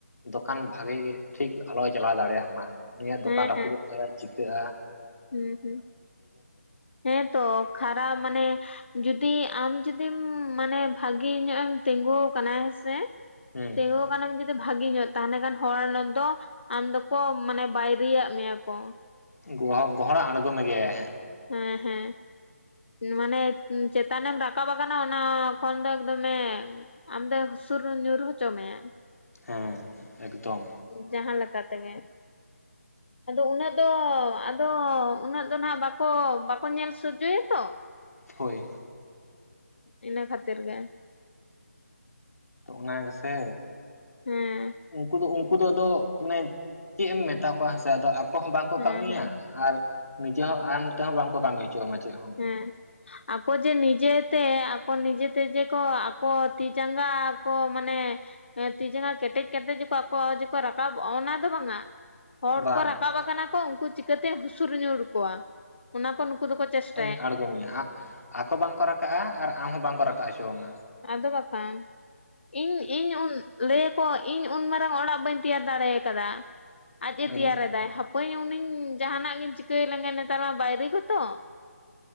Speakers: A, on the left; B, on the left.
A: ᱫᱚᱠᱟᱱ ᱵᱷᱟᱜᱮ ᱜᱮ ᱴᱷᱤᱠ ᱟᱞᱚᱭ ᱪᱟᱞᱟᱣ ᱫᱟᱲᱮᱭᱟᱜ ᱢᱟ ᱱᱩᱭᱟᱜ
B: ᱦᱮᱸ
A: ᱫᱚᱠᱟᱱ ᱨᱟᱹᱯᱩᱫᱚᱜ
B: ᱦᱮᱸ
A: ᱛᱟᱭᱟ ᱪᱤᱠᱟᱹᱼᱟ
B: ᱦᱩᱸ ᱦᱩᱸ ᱦᱮᱸ ᱛᱚ ᱠᱷᱟᱨᱟᱯ ᱢᱟᱱᱮ ᱡᱩᱫᱤ ᱟᱢ ᱡᱩᱫᱤᱢ ᱢᱟᱱᱮ ᱵᱷᱟᱜᱤ ᱧᱚᱜ ᱮᱢ ᱛᱤᱸᱜᱩ ᱟᱠᱟᱱᱟ ᱦᱮᱸ ᱥᱮ
A: ᱦᱩᱸ
B: ᱛᱤᱸᱜᱩ ᱟᱠᱟᱱᱟᱢ ᱡᱩᱫᱤ ᱵᱷᱟᱜᱤ ᱧᱚᱜ ᱛᱟᱦᱚᱞᱮ ᱠᱷᱟᱱ ᱦᱚᱲ ᱫᱚᱼᱼ ᱟᱢ ᱫᱚᱠᱚ ᱢᱟᱱᱮ ᱵᱟᱭᱨᱤᱭᱟᱼᱟᱜ ᱢᱮᱭᱟ ᱠᱚ᱾
A: <unintelligible> ᱜᱚᱦᱟᱣ ᱜᱚᱦᱚᱲ ᱟᱬᱜᱳ ᱢᱮᱜᱮᱭᱟᱭ ᱦᱟᱸᱜ
B: ᱦᱮᱸ ᱦᱮᱸ ᱢᱟᱱᱮ ᱪᱮᱛᱟᱱᱮᱢ ᱨᱟᱠᱟᱵ ᱟᱠᱟᱱᱟ ᱚᱱᱟ ᱠᱷᱚᱱ ᱫᱚ ᱮᱠ ᱫᱚᱢᱮ ᱟᱢ ᱫᱚᱭ ᱦᱩᱥᱩᱨ <unintelligible> ᱧᱩᱨ ᱦᱚᱪᱚ ᱢᱮᱭᱟᱭ
A: ᱦᱮᱸ ᱮᱠᱫᱚᱢ
B: ᱡᱟᱦᱟᱸ ᱞᱮᱠᱟ ᱛᱮᱜᱮ ᱟᱫᱚ ᱩᱱᱟᱹᱜ ᱫᱚ ᱟᱫᱚ ᱩᱱᱟᱹᱜ ᱫᱚ ᱱᱟᱦᱟᱜ ᱵᱟᱠᱚ ᱧᱮᱞ ᱥᱚᱡᱡᱚᱭᱟ ᱛᱚ
A: ᱦᱳᱭ
B: ᱤᱱᱟᱹ ᱠᱷᱟᱹᱛᱤᱨ ᱜᱮ᱾
A: ᱚᱱᱟ ᱜᱮᱥᱮ
B: ᱦᱮᱸ
A: ᱩᱱᱠᱩ ᱫᱚ ᱩᱱᱠᱩ ᱫᱚ ᱟᱫᱚ ᱢᱟᱱᱮ᱾ ᱪᱮᱫ ᱮᱢ ᱢᱮᱛᱟ ᱠᱚᱣᱟ ᱦᱮᱸ ᱥᱮ ᱟᱫᱚ ᱟᱠᱚ ᱦᱚᱸ ᱵᱟᱝ ᱠᱚ
B: ᱦᱮᱸ
A: ᱠᱟᱹᱢᱤᱭᱟ᱾
B: ᱦᱮᱸ
A: ᱟᱨ ᱱᱤᱡᱮ ᱦᱚᱸ ᱟᱢ ᱛᱮᱦᱚᱸ ᱵᱟᱝ ᱠᱚ ᱠᱟᱹᱢᱤ ᱚᱪᱚ ᱟᱢᱟ ᱪᱮᱫ ᱦᱚᱸ᱾
B: ᱦᱮᱸ ᱟᱠᱚ ᱡᱮ ᱱᱤᱡᱮ ᱛᱮ ᱟᱠᱚ ᱱᱤᱡᱮ ᱛᱮ ᱡᱮ ᱠᱚ ᱟᱠᱚ ᱛᱤ ᱡᱟᱸᱜᱟ ᱠᱚ ᱢᱟᱱᱮ᱾ ᱦᱮᱸ ᱛᱤ ᱡᱟᱸᱜᱟ ᱠᱮᱴᱮᱡ ᱠᱟᱛᱮ ᱟᱠᱚ ᱡᱮ ᱠᱚ ᱨᱟᱠᱟᱵᱚᱜᱼᱟ ᱚᱱᱟ ᱫᱚ ᱵᱟᱝᱟ᱾ ᱦᱚᱲ
A: ᱵᱟᱝ
B: ᱠᱚ ᱨᱟᱠᱟᱵ ᱟᱠᱟᱱᱟ ᱠᱚ ᱩᱱᱠᱩ ᱪᱤᱠᱟᱹᱛᱮ ᱦᱩᱥᱩᱨ ᱧᱩᱨ ᱠᱚᱣᱟ, ᱚᱱᱟ ᱠᱚ ᱱᱩᱠᱩ ᱫᱚ ᱠᱚ ᱪᱮᱥᱟᱴ᱾
A: ᱟᱜᱷᱟᱬ ᱢᱮᱭᱟ ᱱᱟᱦ ᱟᱠᱚ ᱵᱟᱝᱠᱚ ᱨᱟᱠᱟᱵᱼᱟ ᱟᱨ ᱟᱢ ᱦᱚᱸ ᱵᱟᱝᱠᱚ ᱨᱟᱠᱟᱵ ᱪᱚᱣ ᱢᱟ᱾
B: ᱟᱫᱚ ᱵᱟᱠᱷᱟᱱ ᱤᱧ ᱤᱧ ᱩᱱ᱾ ᱞᱟᱹᱭᱟᱠᱚ ᱤᱧ ᱩᱱ ᱢᱟᱨᱟᱝ ᱚᱲᱟᱜ ᱵᱟᱹᱧ ᱛᱮᱭᱟᱨ ᱫᱟᱲᱮ ᱟᱠᱟᱫᱟ ᱟᱡᱮ
A: ᱦᱮᱸ
B: ᱛᱮᱭᱟᱨ ᱮᱫᱟᱭ᱾ ᱳᱭ ᱩᱱᱤ ᱡᱟᱦᱟᱱᱟᱜ ᱜᱤᱧ ᱪᱤᱠᱟᱹᱭ ᱞᱟᱝᱟ ᱱᱮᱛᱟᱨ ᱢᱟ ᱵᱟᱭ ᱨᱮᱹᱭ ᱠᱚ ᱛᱚ ᱾